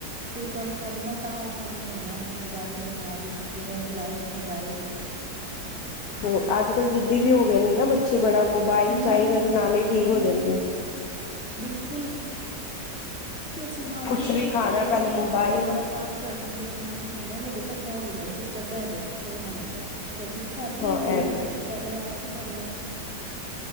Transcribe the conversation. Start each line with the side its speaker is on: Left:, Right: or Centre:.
Centre: ਕੋਈ ਕੰਮ ਕਰਨਾ ਤਾਂ ਉਹ ਕੰਮ ਹੋਣਾ ਏ ਮੋਬਾਇਲ ਦੇ ਨਾਲ ਹੀ, ਜਿਵੇਂ ਉਹ ਦੀ ਲਾਈਫ ਮੋਬਾਇਲ ਹੀ ਹੈ।
Left: ਹੋ, ਅੱਜ ਕੱਲ੍ਹ ਜਿੱਦ ਵੀ ਹੋ ਗਏ ਨੇ ਨਾ ਬੱਚੇ ਬੜਾ, ਮੋਬਾਈਲ
Centre: ਹਮ
Left: ਚਾਹੀਦਾ ਤੇ ਨਾਲੇ ਠੀਕ ਹੋ ਜਾਂਦੇ। ਜੀ
Centre: ਬਿਲਕੁਲ ਫਰ ਅਸੀਂ ਮਾਵਾਂ
Left: ਕੁਛ
Centre: ਵੀ ਤੇ ਫੇਰ
Left: ਖਾਣਾ
Centre: ਇੰਝੇ ਜੀ ਕਰਨੇ
Left: ਪਹਿਲੇ ਮੋਬਾਇਲ
Centre: ਹਾਂ, ਥੋੜਾ ਤੰਗ ਕਰਦੇ ਤੇ ਅਸੀਂ ਨਾਲ ਹੀ ਕਹਿੰਦੇ ਹਾਂ ਲੋ ਬੱਚ ਬੇਟਾ ਫੋਨ ਲਲੋ ਚੁਪ-ਚਾਪ ਬਹਿਜੋ, ਸ਼ੋਰ ਨਾ ਮਚਾਓ। ਗਲਤੀ ਤਾਂ ਸਾਡੀ
Left: ਹਾਂ
Centre: ਏ ਮੇਨ,
Left: ਐਵੇ
Centre: ਅਸੀਂ ਪਹਿਲੇ ਆਪ ਹੀ ਕਰਨੇ ਆ।